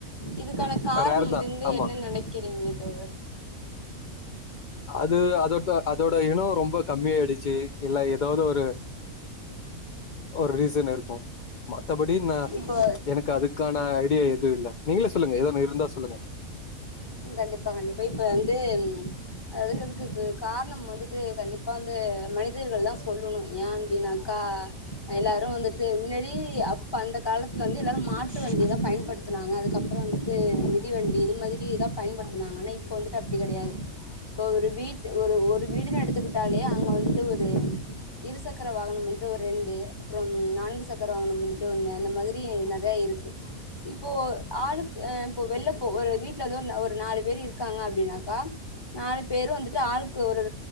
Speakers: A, on the left (about 15°); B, on the left (about 45°).
A: இதுக்கான கார்
B: ரேர்
A: ஹும் மனிந்து
B: தான் ஆமா
A: என்ன நெனக்கி இம்மி தவர்
B: அது அதுத்தா அதோ இனொ ரொம்பொ கம்மியாயிடுச்சு இல்ல ஏதாவது ஒரு ஒரு ரீசன் இருக்கு ம த்தபடி நா
A: இப்போ
B: எனக்கு அதுக்கான ஐடியா இ துவு இல்ல நீங்களே சொல்லுங்க ஏது ஒன்னு இருந்தா சொல்லுங்க
A: உம் கண்டிப்பா கண்டிப்பா இப்ப துன் அது இருக்குக்கு காரணம் வந்துட்டு கண்டிப்பா வந்து மனிதர்கள் தா சொல்லணு ஏ அப்டின்னாக்கா எல்லாரு வந்துட்டு முன்னாடி அப்ப அந்த காலத்துல வந்து எல்லாரு மாட்டு வண்டிதா பயன்படுத்துனாங்க அதுக்கப்புறொ வந்துட்டு மிதிவண்டி இது மாதிரிதாப் பயன்படுத்துனாங்கா ஆனா இப்போ வந்துட்டு அப்டி கெடையாது இப்பொ ஒரு வீட் ஒரு ஒரு வீடுன்னு எடுத்துக்குட்டாலே அங்க வந்துட்டு ஒரு இரு சக்கர வாங்கனம் வந்துட்டு ஒரு ரெண்டு அப்புறம் நான்கு சக்கர வாங்கனம் வந்துட்டு ஒண்ணு அந்த மாதிரி நெறைய இருக்கு இப்போ ஆளுக் ஆ இப்பொ வெள்ள போ ஒரு வீட்ல எதோ ஒன்னு ஒ ஒரு நாலு இருக்காங்க அப்டினாக்கா நாலு பேரும் வந்துட்டு ஆளுக்கு ஒரு